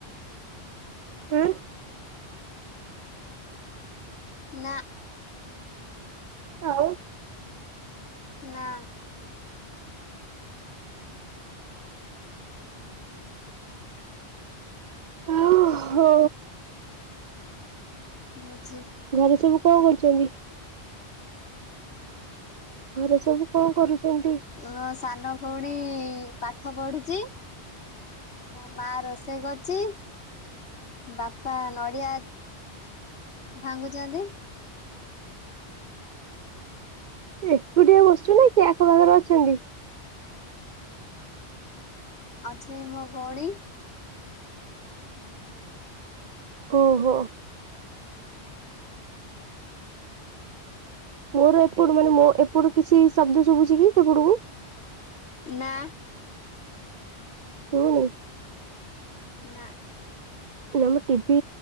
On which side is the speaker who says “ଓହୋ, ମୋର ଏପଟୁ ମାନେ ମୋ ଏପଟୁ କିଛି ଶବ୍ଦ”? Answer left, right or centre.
Right